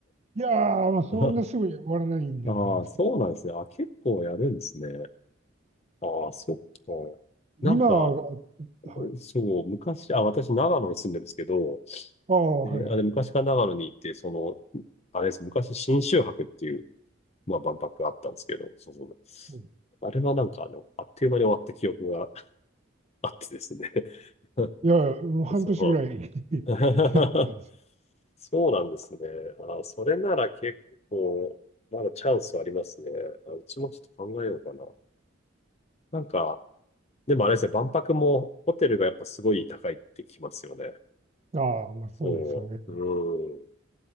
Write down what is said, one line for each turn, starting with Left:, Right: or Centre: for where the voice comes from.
Right: いやー、まあそんなすぐに終わらないんだと思いますけど。
Left: <laughs> ああ、そうなんですね。あ、結構やるんですね。ああ、そっか。
Right: 今、
Left: なんか、
Right: はい。
Left: そう、昔、あ、私、長野に住んでるんですけど、
Right: ああ、
Left: で、
Right: はいはい。
Left: あれ、昔から長野に行って、その、あれです、昔、信州博っていう、まあ、万博があったんですけど、そうそう。
Right: うん、
Left: あれはなんか、あの、あっという間に終わった記憶があってですね。<laughs>
Right: いやいや、もう半年ぐらい
Left: そ
Right: <laughs> やりたいです。
Left: う。<laughs> そうなんですね。あ、それなら結構、まだチャンスありますね。あうちもちょっと考えようかな。なんか、でもあれですね、万博もホテルがやっぱすごい高いってきますよね。
Right: ああ、まあそうですよね。
Left: そう。うん。